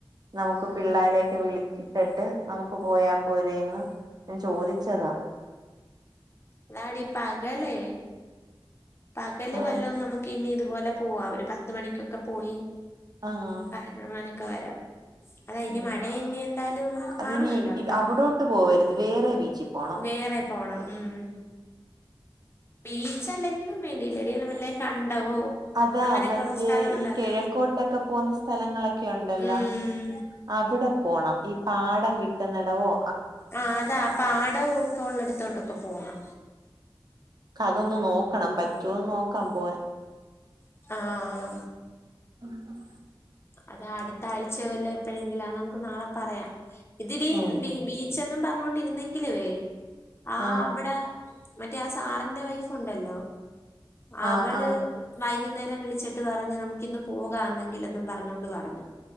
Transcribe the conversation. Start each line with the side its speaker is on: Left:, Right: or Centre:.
Right: നമ്മെക്ക്
Left: ആഹ്
Right: പിള്ളോരെയെക്കെ വിളിക്കും. കെട്ട് നമ്മുക്ക് പോയാ പോരെന്ന് ഞാൻ ചോദിച്ചതാ.
Left: ഇന്നാടി പാകലേ. പകല്
Right: ആഹ്
Left: വെല്ലോം നമ്മെക്കിനി ഇതുപോലെ പോവാം. ഒര് പത്തു മണിക്കൊക്കെപ്പോയി.
Right: ആഹ്
Left: അങ്ങനെ ഒകെ വെരാം. അതാ ഇനി
Right: ഉം
Left: മഴ ഇനി എന്തായാലും
Right: അതിനി
Left: കാണുവെല്ലോ. അപ്പ
Right: അവിടോട്ട് പോവരുത് വേറെ ബീച്ചിൽ പോണം
Left: വേറെ. പോണം. ഉം ഉം ബീച്ച് അല്ലെങ്കി ലും വേണ്ടിയില്ലെടി എവെടേലും വെല്ല കണ്ടവോ.
Right: അതാ
Left: അങ്ങനെയൊക്കെയുള്ള
Right: മറ്റേ
Left: സ്ഥലം ഉണ്ടല്ലോ
Right: ഈ കെഴക്കോട്ടെക്കെ പോന്ന സ്ഥലങ്ങളൊക്കെ ഒണ്ടല്ലോ.
Left: ഉം
Right: അവിടെ പോണം. ഈ പാടം കിട്ടുന്നടവോ.
Left: ആ അതാ പാടെവുവെക്കെ ഒള്ളടുത്തോട്ടെക്കെ പോണം.
Right: ക്കതൊന്ന് നോക്കണം. പറ്റോന്ന് നോക്കാൻ പോയാ.
Left: ആഹ് ആഹ്
Right: <inaudible>
Left: അതാ അടുത്ത ആഴ്ച വല്ല എപ്പഴെങ്കില അ നമുക്ക് നാളെ പറയാം ഇതിടെ
Right: ഉം
Left: ബീച്ച് എന്നും പറഞ്ഞോണ്ടിരുന്നെങ്കിലുവേ ആ
Right: ആഹ്
Left: അവിടെ മറ്റേ ആ സാറിന്റെ വൈഫുണ്ടല്ലോ അവള്
Right: ആഹ് ആഹ്
Left: വൈകുന്നേരം വിളിച്ചിട്ട് പറഞ്ഞ് നമുക്ക് ഇന്ന് പോകാം എന്നെങ്കിലും പറഞ്ഞൊണ്ട് പറഞ്ഞു